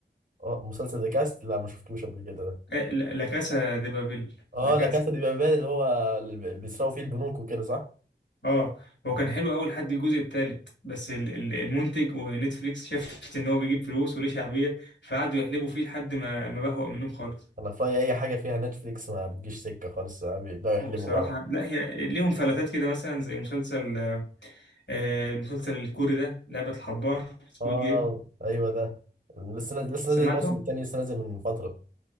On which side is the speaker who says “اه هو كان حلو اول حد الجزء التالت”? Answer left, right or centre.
Left